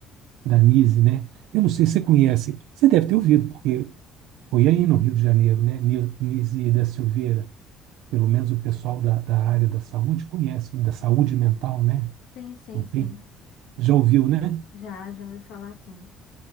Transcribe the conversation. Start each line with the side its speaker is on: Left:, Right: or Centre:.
Right: da Nise, né? Eu não
Left: Isso.
Right: sei se você conhece, você deve ter ouvido, porque foi aí no Rio de Janeiro, né? Ni- Nise da Silveira, pelo menos o pessoal da, da área da saúde conhece, da saúde mental, né?
Left: Sim, sim,
Right: Não
Left: sim.
Right: tem, já ouviu, né?
Left: Já, já ouvi falar sim